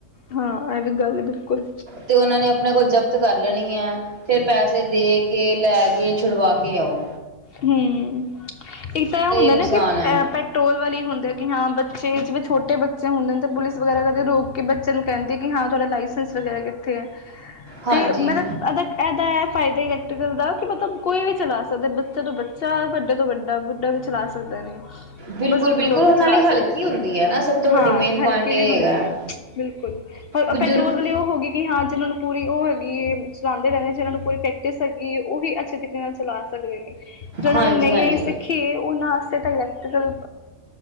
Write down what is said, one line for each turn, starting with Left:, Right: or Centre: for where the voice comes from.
Left: ਹਾਂ, ਇਹ ਵੀ ਗੱਲ ਬਿਲਕੁਲ,
Right: ਤੇ ਉਹਨਾਂ ਨੇ ਆਪਣੇ ਕੋਲ ਜ ਤ ਕਰ ਲੈਣੀ ਹੈ। ਫਿਰ ਪੈਸੇ ਦੇ ਕੇ, ਲੈ ਕੇ, ਛੁਡਵਾ ਕੇ ਆਉ।
Left: ਹਮ। ਇੱਕ ਤਾਂ ਇਹ ਹੁੰਦਾ
Right: ਨੁਕਸਾਨ
Left: ਨਾ ਕਿ ਅ
Right: ਹੈ
Left: ਪੈਟਰੋਲ ਵਾਲੇ ਹੁੰਦੇ ਆ ਕਿ ਹਾਂ ਬੱਚੇ ਛੋਟੇ ਬੱਚੇ ਹੁੰਦੇ ਨੇ ਤਾਂ ਪੁਲਿਸ ਵਗੈਰਾ ਕਦੇ ਰੋਕ ਕੇ ਬੱਚਿਆਂ ਨੂੰ ਕਹਿੰਦੀ ਹੈ ਕਿ ਹਾਂ ਤੁਹਾਡਾ ਲਾਇਸੈਂਸ ਵਗੈਰਾ ਕਿੱਥੇ ਹੈ।
Right: ਹਾਂਜੀ
Left: ਤੇ ਮਤਲਬ ਅਦਕ, ਇਹਦਾ ਇਹ ਫਾਇਦਾ ਹੀ ਲਗ ਦਾ ਕਿ ਮਤਲਬ ਕੋਈ ਵੀ ਚਲਾ ਸਕਦਾੱ ਬੱਚਾ ਤੋਂ ਬੱਚਾ, ਵੱਡੇ ਤੋਂ ਵੱਡਾ ਬੁੱਢਾ ਵੀ ਚਲਾ ਸਕਦਾ ਨੇ
Right: ਬਿਲਕੁਲ
Left: ਬਜ਼ੁਰਗ
Right: ਬਿਲਕੁਲ
Left: ਲੋਕ
Right: ਉਹ
Left: ਵੀ
Right: ਨਾਲੇ
Left: ਚਲਾ
Right: ਹਲਕੀ
Left: ਸਕਦੇ ਨੇ।
Right: ਹੁੰਦੀ ਹੈ ਨਾ ਸਭ ਤੋਂ ਵੱਡੀ
Left: ਹਾਂ,
Right: ਮੇਨ ਪੁਆਇੰਟ
Left: ਹਲਕੀ
Right: ਇਹ
Left: ਵੀ ਹੁੰਦੀ
Right: ਹੈਗਾ
Left: ਹੈ। ਬਿਲਕੁਲ,
Right: ਬਜ਼ੁਰਗ
Left: ਪੈਟਰੋਲ ਵਾਲੀ ਉਹ ਹੋਗੀ ਕਿ ਹਾਂ ਜਿਹਨਾਂ ਨੂੰ ਪੂਰੀ ਉਹ ਹੈ ਕਿ ਇਹ ਚਲਾਉਂਦੇ ਰਹਿੰਦੇ ਜਿਹਨਾਂ ਨੂੰ ਸਗੀ ਉਹੀ ਅੱਛੇ ਤਰੀਕੇ ਨਾਲ ਚਲਾ ਸਕਦੇ ਨੇ। ਜਿਹਨਾਂ
Right: ਹਾਂਜੀ
Left: ਨੇ ਨਈ-
Right: ਹਾਂਜੀ
Left: ਨਈ ਸਿੱਖੀ ਏ ਉਹਨਾਂ ਇਲੈਕਟ੍ਰਿਕਲ